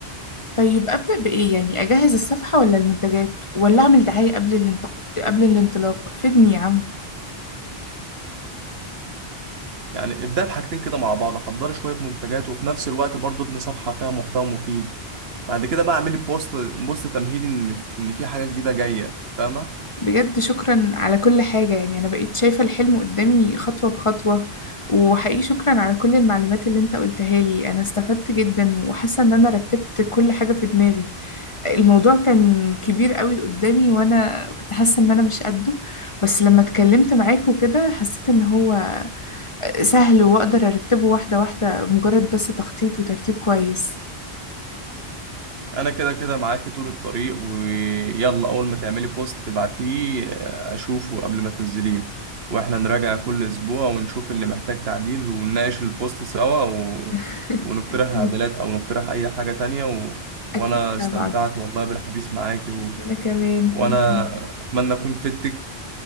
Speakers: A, on the left; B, on the right.
A: طيب أبدأ بإيه يعني أجهز الصفحة ولا المنتجات ولا أعمل دعاية قبل الانتق... قبل الانطلاق فدني يا عم
B: يعني ابدأ بحاجتين كده مع بعض حضري شوية منتجات وفي نفس الوقت برضه ابني صفحة فيها محتوى مفيد بعد كده بقى اعملي بوست بوست تمهيدي ان ان في حاجة جديدة جاية فاهمة
A: بجد شكرا على كل حاجة يعني أنا بقيت شايفة الحلم قدامي خطوة بخطوة وحقيقي شكرا على كل المعلومات اللي أنت قلتها لي أنا استفدت جدا وحاسة إن أنا رتبت كل حاجة في دماغي الموضوع كان كبير قوي قدامي وانا كنت حاسه ان انا مش قده بس لما اتكلمت معاك وكده حسيت ان هو سهل واقدر ارتبه واحده واحده مجرد بس تخطيط وترتيب كويس
B: انا كده كده معاكي طول الطريق ويلا اول ما تعملي بوست تبعتيه آه، اشوفه قبل ما تنزليه واحنا نراجع كل اسبوع ونشوف اللي محتاج تعديل ونناقش البوست سوا و...
A: اكيد
B: ونقترح
A: <laughs>
B: تعديلات
A: اكيد
B: او نقترح اي حاجة تانية و...
A: أكيد
B: وانا استمتعت
A: طبعا
B: والله بالحديث معاكي و...
A: انا كمان وأنا
B: وانا
A: كمان.
B: اتمنى اكون فدتك